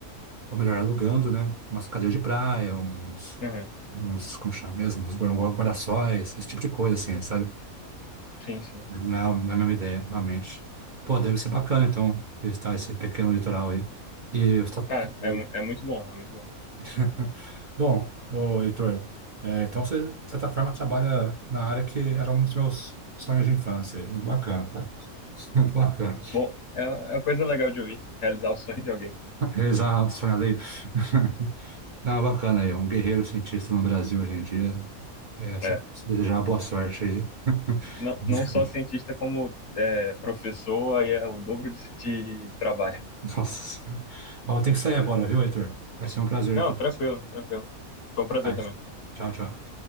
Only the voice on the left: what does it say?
Uhum.
Sim, sim.
Cara,
é, mu- é muito bom, é muito bom.
Bom, é é uma coisa legal de ouvir, realizar o sonho de alguém.
É.
Não,
não só cientista, como é, professor, aí é o dobro de, de trabalho.
Não,
tranquilo, tranquilo. Foi um
prazer
também.